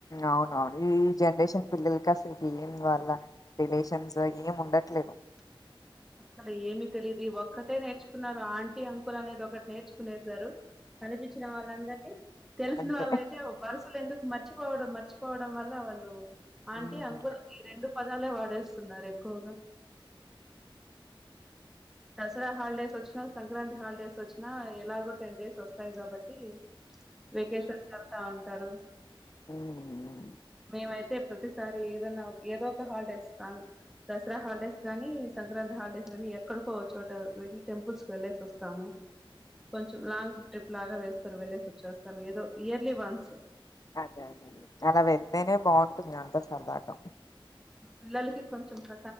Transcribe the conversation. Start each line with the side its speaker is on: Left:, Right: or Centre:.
Left: అవునవును ఈ జనరేషన్ పిల్లలకి అసలు ఏం వాళ్ళ రిలేషన్స్ ఏం ఉండ ట్లేదు
Centre: <inaudible> అస్సలు ఏమి తెలిదు ఒక్కటే నేర్చుకున్నారు ఆంటీ అంకుల్ అనేది ఒకటి నేర్చుకునేసారు కనిపించిన వాళ్ళందరినీ తెలిసిన
Left: అంతే
Centre: వాళ్ళయితే వరుసలు ఎందుకు మర్చిపోవడం మర్చిపో పోవడం వల్ల వాళ్ళు ఆంటీ
Left: ఉమ్,
Centre: అంకుల్ ఈ రెండు పదాలే వాడేస్త తున్నారు ఎక్కువగా దసరా హాలిడేస్ వచ్చినా సంక్రాంతి హాలిడేస్ వచ్చినా ఎలాగో టెన్ డేస్ వస్తాయి కాబట్టి వెకేషన్స్ వెళ్తా ఉంటారు
Left: హూ హు
Centre: మేమైతే ప్రతిసారి ఏదన్నా ఏదో ఒక హాలిడే ఇస్తాం దసరా హాలిడేస్ గానీ సంక్రాంతి హాలిడేస్ కానీ ఏక్కడికో చోట టెంపుల్స్ కి వెళ్లేేసి వస్తాము కొంచెం లాంగ్ ట్రిప్ లాగా వేస్తాని వెళ్లేేసి వచ్చేస్తాం ఏదో ఇయర్లీ వన్స్
Left: అదే అదే అ అలా వెళ్తేనే బాగుంటుంది అంత సరదాగా
Centre: పిల్లలకి కొంచెం ద